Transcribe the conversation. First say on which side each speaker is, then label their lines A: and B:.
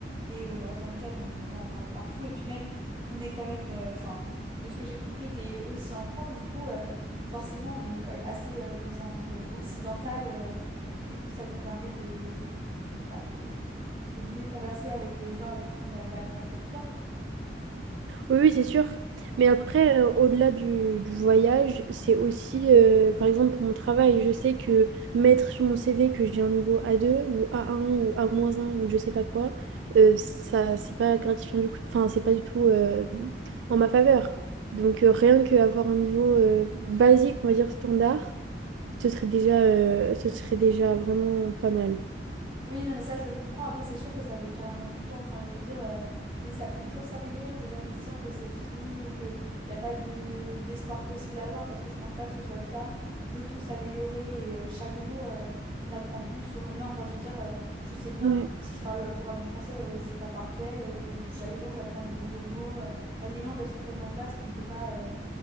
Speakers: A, on the right (about 30°); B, on the right (about 85°).
A: Et euh, en tant que tel, on en entend en parler de partout. Et puis même, on est quand même, euh, enfin, de ce que j'ai compris, t'es aussi en France, du coup, euh, forcément, on est quand même assez euh, dans un monde occidental. euh, et du coup, ça nous permet de, bah, de, de de mieux converser avec les gens avec qui on est amené à converser plus tard.
B: Oui, oui, c'est sûr. Mais après, euh, au-delà du, du voyage, c'est aussi, euh, par exemple, pour mon travail, je sais que mettre sur mon CV que j'ai un niveau A2 ou A1 ou A-1 ou je sais pas quoi, euh, ça, c'est pas gratifiant du coup. Enfin, c'est pas du tout euh, en ma faveur. Donc, euh, rien qu'avoir un niveau euh, basique, on va dire standard, ce serait déjà, euh, ce serait déjà vraiment pas mal.
A: Oui, non, mais ça, je le comprends. Après, c'est sûr que ça met carrément du temps. Enfin, je veux dire, euh, mais ça peut toujours s'améliorer. Il faut jamais se dire que c'est fini ou qu'il n'y a pas de d'espoir possible à avoir parce que je pense pas que ce soit le cas. On peut tous s'améliorer et euh, chaque jour, euh, on apprend plus sur une langue. Enfin, je veux dire, euh, je sais bien
B: Ouais.
A: que même si je parle couramment français, euh, c'est pas parfait, euh, que chaque jour, j'apprends des nouveaux mots. euh. Enfin, les langues, elles sont tellement vastes qu'on peut pas euh,